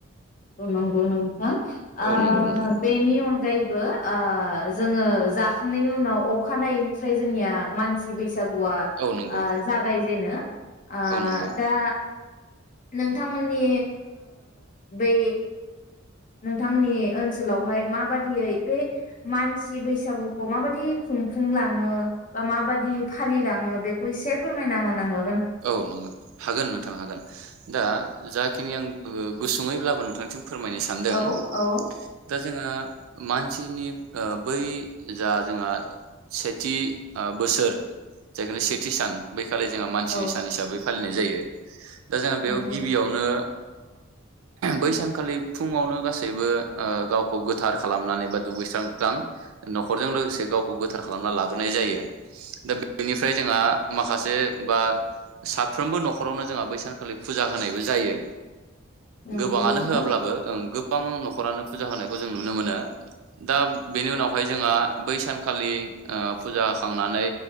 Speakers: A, on the left; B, on the right.
A: औ नंगौ नोंथां ओ
B: औ नंगौ नोंथां
A: बेनि थां अनगायैबो जोङो जाखांनायनि उनाव अखानायैनिफ्राय जोंनिया मानसि बै बैसागुआ
B: औ नंगौ
A: जागाय जेनो आ
B: औ नंगौ
A: दा नोंथांमोननि बै नोंथांमोननि ओनसोलावहाय माबादियै बे मानसि बैसागुखौ माबायदि खुंफुंलाङो बा माबादि फालिलाङो बेखौ एसे फोरमायना होना हो
B: औ नंगौ हागोन नोंथां हागोन दा जाखिनि आं गोसोङैब्लाबो नोंथांसिम फोरमायनो सानदों
A: औ औ
B: दा जोंहा मानसिनि बै जा जोंहा सेथि बोसोर जायखु सेथि सान बैखालि जों मानसिनि
A: औ
B: सान हिसाबै फालिनाय जायो दा जोंहा बेयाव
A: नंगौ
B: गिबियावनो
A: नों
B: बै सानखालि फुङावनो गासैबो गावखौ गोथार खालामनानै बा दुगैस्रां स्रां नखरजों लोगोसे गावखौ गोथार खालामना लाग्रोनाय जायो दा बेनिफ्राय जोंहा माखासे बा साफ्रोमबो नखरावनो जोंहा बै सानखालि फुजा होनायबो जायो
A: नंगौ
B: गोबाङानो
A: नोंथां
B: होआब्लाबो गोबां नखरानो फुजा होनायखौ जों नुनो मोनो दा बेनि उनावहाय जोंहा बै सानखालि फुजा होाखांनानै